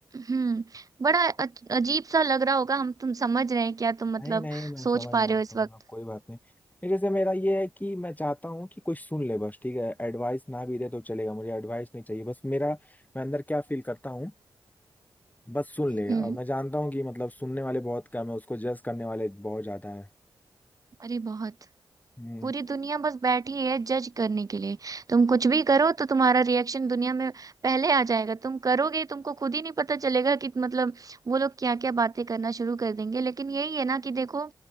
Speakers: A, on the right; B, on the left.
A: हम्म बड़ा अच- अजीब सा लग रहा होगा हम तुम समझ रहे हैं क्या तुम मतलब
B: नहीं नहीं मैं
A: सोच
B: समझ
A: पा
B: रहा
A: रहे
B: हूँ
A: हो
B: समझ
A: इस वक्त
B: रहा हूँ कोई बात नहीं नहीं, जैसे मेरा ये है कि मैं चाहता हूँ कि कोई सुन ले बस ठीक है एडवाइस ना भी दे तो चलेगा मुझे एडवाइस नहीं चाहिए बस मेरा मैं अंदर क्या फील करता हूँ बस सुन ले
A: हम्म
B: और मैं जानता हूँ कि मतलब सुनने वाले बहुत कम है उसको जज करने वाले बहुत ज्यादा है
A: अरे बहुत
B: हम्म
A: पूरी दुनिया बस बैठी है जज करने के लिए तुम कुछ भी करो तो तुम्हारा रिएक्शन दुनिया में पहले आ जाएगा तुम करोगे तुमको खुद ही नहीं पता चलेगा कि मतलब वो लोग क्या क्या बातें करना शुरू कर देंगे लेकिन यही है ना कि देखो